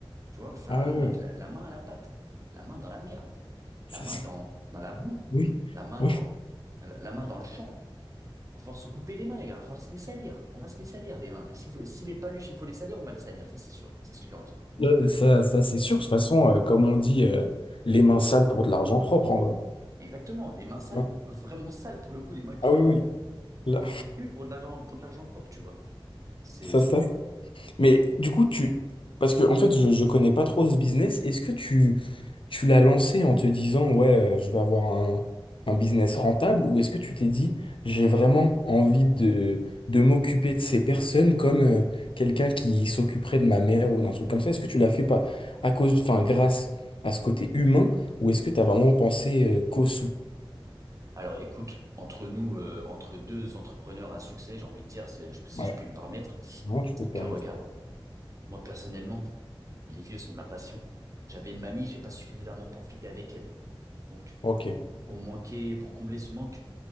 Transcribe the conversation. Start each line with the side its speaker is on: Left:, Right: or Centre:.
Right: Tu vois, va falloir
Left: ah ouais,
Right: la-
Left: ouais,
Right: mettre la, la main à la pâte, la main dans la merde,
Left: ça
Right: la main
Left: c'est-
Right: dans dans la boue,
Left: oui,
Right: la main
Left: oui.
Right: dans la la main dans le champ va falloir se couper les mains, les gars. Il Va falloir se les salir. On va se les salir, les mains. Si, faut- si les paluches, il faut les salir, on va les salir. Ça, c'est sûr. C'est ce que je leur dis.
Left: Euh,
Right: Alors,
Left: Ça, ça c'est sûr. De toute façon, euh, comme on dit, euh, les mains sales pour de l'argent propre, en vrai.
Right: exactement. Les mains sales,
Left: Hein
Right: vraiment sales pour le coup, les mains qui
Left: Ah oui,
Right: puent.
Left: oui. Là,
Right: Les mains qui puent pour de l'argent, pour de l'argent pop, tu vois.
Left: <laughs>
Right: C'est,
Left: ça,
Right: c'est-
Left: ça. Mais du coup, tu... Parce que, en fait, je, je connais pas trop ce business. Est-ce que tu, tu l'as lancé en te disant, ouais, euh, je vais avoir un, un business rentable, ou est-ce que tu t'es dit, j'ai vraiment envie de, de m'occuper de ces personnes comme euh, quelqu'un qui s'occuperait de ma mère ou d'un truc comme ça? Est-ce que tu l'as fait pas à cause, enfin, grâce à ce côté humain? Ou est-ce que tu as vraiment pensé euh, cause
Right: Alors, écoute, entre nous, euh, entre deux entrepreneurs à succès, j'ai envie de dire, si je, si
Left: Ouais,
Right: je puis me permettre, c'est
Left: non, tu peux te permettre.
Right: que regarde, moi, personnellement, les vieux, c'est ma passion. J'avais une mamie, j'ai pas suffisamment profité avec elle. Donc,
Left: Ok,
Right: pour manquer, pour combler ce manque,